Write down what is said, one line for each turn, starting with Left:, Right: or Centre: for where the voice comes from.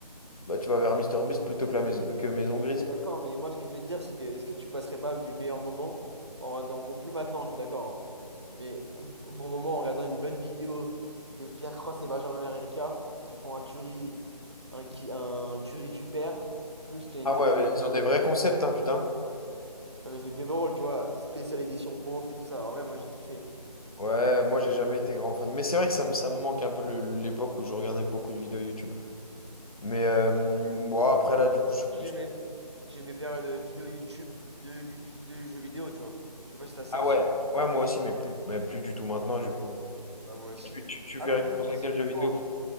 Left: bah tu vas vers MrBeast plutôt que la maison que Maison Grise.
Right: Oui, d'accord, mais moi, ce que je veux te dire, c'est que est-ce que tu passerais pas du meilleur moment en regardant, bon, plus maintenant, je suis d'accord, hein, mais un b- bon moment en regardant une bonne vidéo de Pierre Cross et Benjamin Verrecka qui font un tuerie, un, qui, un tuerie tu perds, plus qu'une
Left: Ah
Right: vidéo
Left: ouais,
Right: de Mistral,
Left: ils ont des
Right: tu
Left: vrais
Right: vois.
Left: concepts, hein, putain.
Right: Non, mais c'était drôle, tu vois, spéciale édition beauf et tout ça. En vrai, moi, j'ai kiffé.
Left: Ouais, moi j'ai jamais été grand fan. Mais c'est vrai que ça me, ça me manque un peu le- l'époque où je regardais beaucoup de vidéos YouTube. Mais euh, bon, après là, du coup, je suis plus.
Right: J'ai mes, j'ai mes périodes vidéo YouTube de, YouTube de jeux vidéo, tu vois. Je sais pas si t'as ça
Left: Ah
Right: aussi,
Left: ouais.
Right: toi.
Left: Ouais, moi aussi, mais plus, mais plus du tout maintenant, du coup.
Right: Ouais, moi aussi.
Left: Tu, tu, tu
Right: Ah,
Left: fais
Right: quoique,
Left: référence
Right: bah, si,
Left: à quel jeu
Right: maintenant,
Left: vidéo?